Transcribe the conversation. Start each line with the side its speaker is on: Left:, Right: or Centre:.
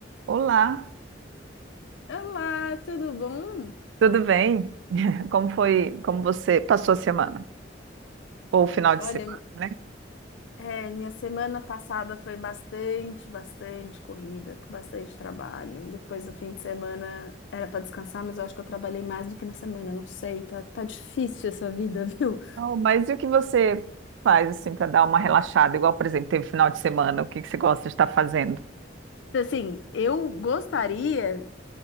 Right: Olá,
Left: Olá, tudo bom?
Right: tudo bem? Como foi, como você passou a semana? Ou o final
Left: Olha,
Right: de semana, né?
Left: é, minha semana passada foi bastante, bastante corrida, com bastante trabalho. Depois, no fim de semana, era para descansar, mas eu acho que eu trabalhei mais do que na semana, não sei, tá, tá difícil essa vida, <laughs> viu?
Right: Oh, mas e o que você faz assim para dar uma relaxada? Igual, por exemplo, teve final de semana, o que que você gosta de estar fazendo?
Left: Assim, eu gostaria